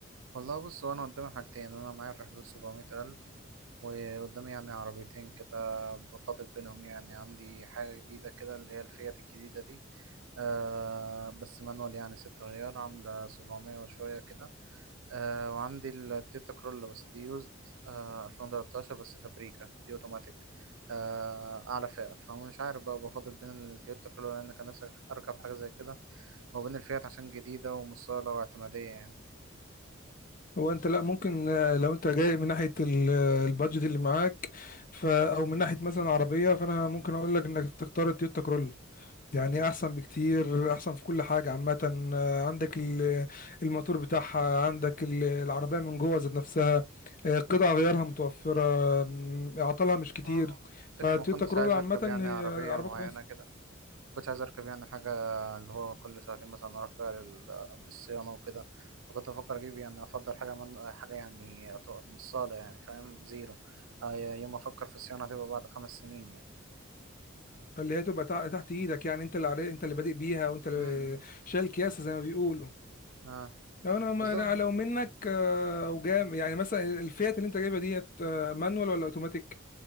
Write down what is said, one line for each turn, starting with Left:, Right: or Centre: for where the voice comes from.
Right: والله بص هو انا قدامي حاجتين انا معايا في حدود 700 الف وقدامي يعني عربيتين كده بفاضل بينهم يعني عندي حاجه جديده كده اللي هي الفيات الجديده دي آه بس مانوال يعني ست غيار عامله 700 وشويه كده آه وعندي التويوتا كرولا بس دي يوزد آه 2013 بس فابريكا دي اوتوماتيك آه اعلى فئة فمش عارف بقى بفضل بين التويوتا كرولا لان كان نفسي اركب حاجة زي كده وبين الفيات عشان جديدة ومصالة واعتمادية يعني
Left: هو انت لا ممكن آه، لو انت جاي من ناحيه ال- آه، البادجت اللي معاك ف... او من
Right: مم.
Left: ناحيه مثلا عربيه فانا ممكن اقول لك انك تختار التويوتا كرولا يعني
Right: مم.
Left: احسن بكتير احسن في كل حاجه عامه آه، عندك ال- الموتور بتاعها عندك ال- العربيه من جوه ذات نفسها آه، قطع غيارها متوفره م، اعطالها مش كتير
Right: آه
Left: فتويوتا
Right: فكرة ما كنتش
Left: كرولا
Right: عايز
Left: عامه
Right: اركب يعني
Left: هي
Right: عربية
Left: عربيه
Right: معينة
Left: كويسه
Right: كده كنتش عايز اركب يعني حاجه اللي هو كل شهرين مثلا اروح بقى لل- للصيانه وكده فكنت بفكر اجيب يعني افضل حاجه من حاجه يعني أط- من الصاله يعني فاهم زيرو آه، يوم ما افكر في الصيانه هتبقى بعد خمس سنين يعني
Left: اللي هي تبقى تع- تحت ايدك يعني انت اللي عارف انت اللي بادئ بيها وانت اللي
Right: امم
Left: شايل كياسه زي ما بيقولوا
Right: اه
Left: لو انا ما
Right: بالظبط
Left: أنا لو منك آه، وجام يعني مثلا الفيات اللي انت جايبها ديت آه، مانوال ولا اوتوماتيك